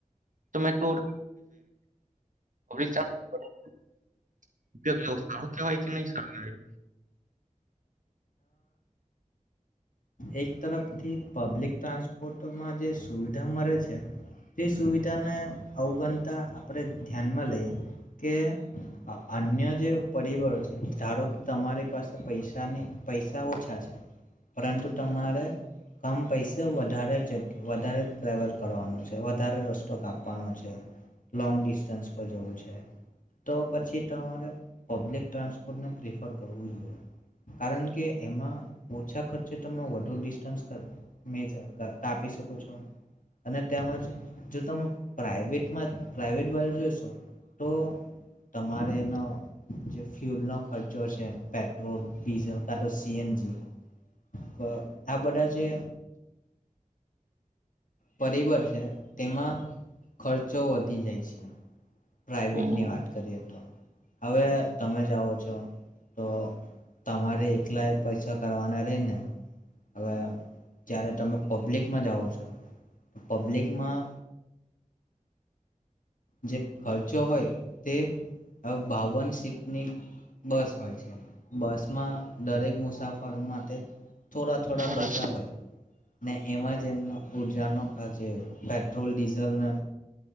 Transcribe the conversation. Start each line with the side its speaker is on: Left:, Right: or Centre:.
Right: તમે પબ્લિક ટ્રાન્સપોર્ટ <inaudible> ઉપયોગ લેવો સારો કેવાય કે નહી સારું કેવાય
Left: એક તરફથી પબ્લિક ટ્રાન્સપોર્ટમાં જે સુવિધા મળે છે તે સુવિધાને અવગણતા આપણે ધ્યાનમાં લઈએ કે અન્ય જે પરિબળો છે ધારો કે તમારી પાસે પૈસાની પૈસા ઓછા છે પરંતુ તમારે કમ પૈસે વધારે જગ્યા વધારે ટ્રાવલ કરવાનો છે વધારે રસ્તો કાપવાનો છે લોંગ ડિસ્ટન્સ પર જવું છે તો પછી તમારે પબ્લિક ટ્રાન્સપોર્ટને પ્રિફર કરવું જોઈએ કારણ કે એમાં ઓછા ખર્ચે તમે વધુ ડિસ્ટન્સ મેજર કાપી શકો છો અને તેમજ જો તમે પ્રાઇવેટમાં પ્રાઇવેટ બાજુ જોઈશો તો તમારે એનો જે ફ્યુલ નો ખર્ચો છે. પેટ્રોલ ડીઝલ, કાં તો સી એન જી, વ આ બધા જે પરિવાર છે તેમાં ખર્ચો વધી જાય છે. પ્રાઇવેટની
Right: હમ
Left: વાત કરીએ તો. હવે તમે જાઓ છો તો તમારે એકલા એ પૈસા કરવાના રેયને, હવે જ્યારે તમે પબ્લિકમાં જાઓ છો, તો પબ્લિકમાં જે ખર્ચો હોય તે બાવન સીટની બસ હોય છે. બસમાં દરેક મુસાફર માટે થોડા-થોડા
Right: થોડાક
Left: પૈસા હોય. ને એમાં જ એમનો ઉર્જાનો આ જે પેટ્રોલ, ડીઝલને